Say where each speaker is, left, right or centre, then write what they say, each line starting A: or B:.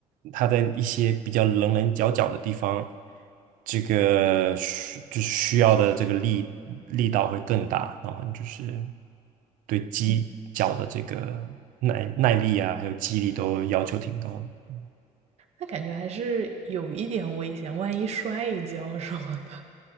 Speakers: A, on the right; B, on the right.
A: 它在一些比较棱棱角角的地方，这个需就是需要的这个力力道会更大，然后就是对肌脚的这个耐耐力啊，
B: 嗯，
A: 还有肌力都要求挺高的。
B: 那感觉还是有一点危险，万一摔一跤什么的。